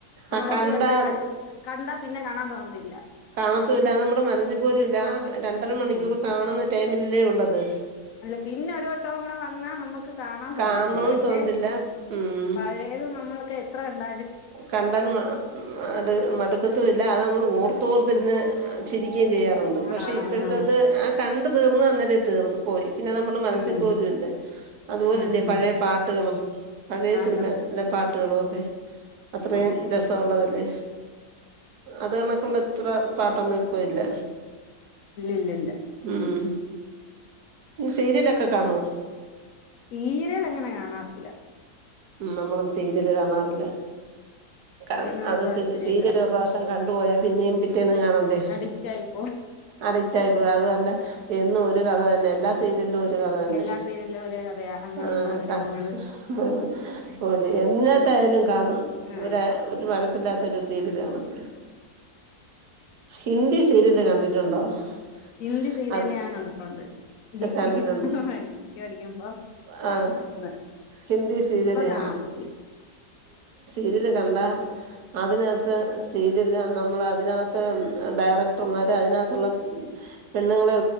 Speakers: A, on the left; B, on the right.
A: നമ്മളൊരു
B: ആ കണ്ടാത്
A: വട്ടം കൺ കണ്ടാ പിന്നെ കാണാൻ തോന്നത്തില്ല.
B: കാണത്തൂല്ല നമ്മുടെ മനസ്സിൽ പോലും ഇല്ല ആ രണ്ടര മണിക്കൂർ
A: ഉം.
B: കാണുന്ന ടൈമിലില്ലേ ഉള്ളത്
A: അല്ല പിന്നെ ഒരു വട്ടവും കൂടെ വന്നാ നമുക്ക് കാണാൻ
B: കാണണോന്ന്
A: തോന്നത്തില്ല പക്ഷെ
B: തോന്നത്തില്ല ഉം
A: പഴയത് നമ്മളൊക്കെ എ ത്ര കണ്ട
B: കണ്ടാൽ മ അടു മടുക്കത്തുംല്ല അത് നമ്മൾ
A: ഉം.
B: ഓർത്തോർത്തിരുന്ന് ചിരിക്കുകയും ചെയ്യാറുണ്ട് പക്ഷെ
A: ആഹ്
B: ഇപ്പോഴത്തെ
A: ആണ്.
B: അത് ആ കണ്ട തീർന്ന് അന്നേ തീർന്നു പോയി പിന്നെ നമ്മുടെ മനസ്സിൽ
A: ഉം.
B: പോലുംല്ല അതുപോലല്ലേ
A: ഉം ഉം.
B: പഴയ പാട്ടുകളും പഴയ
A: ആന്ന്.
B: സിനിമേലെ പാ <unintelligible> ട്ടുകളുവൊക്കെ അത്രയും
A: ആഹ് ആഹ്.
B: രസള്ളതല്ലേ അത് കണക്കുള്ള ഇത്ര പാട്ടൊന്നും ഇപ്പ ഇല്ല
A: ഇല്ലില്ലി ല്ല
B: ഉം സീരിയലൊക്കെ കാണോ
A: സീരിയലങ്ങനെ കാണാറില്ല
B: മം നമ്മളും സീരിയല് കാണാറില്ല
A: സീരിയലിനോട്
B: കൺ അത്
A: താല്പര്യല്ല.
B: സീരിയൽ ഒരു പ്രാവശം കണ്ട പോയ പിന്നെപി ന്നും കാണണ്ടേ
A: അഡിക്റ്റ് ആയിപ്പോവും.
B: അടിട്ടായി പോയി അത് അല്ല എന്നും ഒരു കഥ തന്നെ എല്ലാ സീരിയലിലും ഒരു കഥ തന്നെ
A: എല്ലാ സീരിയലും ഒരേ കഥയാ. അമ്മായിമ്മ
B: ആആ
A: മരുമോള്.
B: ആ എന്നത്തായാലും കാണും
A: ആഹ്.
B: ഒ ഒരു വഴക്കില്ലാത്തൊരു സീ <unintelligible> ത്തി ഹിന്ദി സീരിയല് കണ്ടിട്ടുണ്ടോ <unintelligible>
A: ഹിന്ദി സീരിയല്
B: അത്
A: ഞാൻ കണ്ടിട്ടുണ്ട് ഡിഗ്രിക്ക്
B: കണ്ടിട്ടുണ്ട്
A: <unintelligible> പഠിക്കുമ്പോം
B: ആ
A: കാണൻ വന്ന്
B: ഹിന്ദി സീരിയല്
A: ഇപ്പൊ കാണത്തില്ല
B: ഇതില് കണ്ട അതിനാത്ത്‌ <unintelligible> അതിനാത്ത ഡയറക്ടർമാര് അയിനാത്തൊള്ള പെണ്ണുങ്ങളെ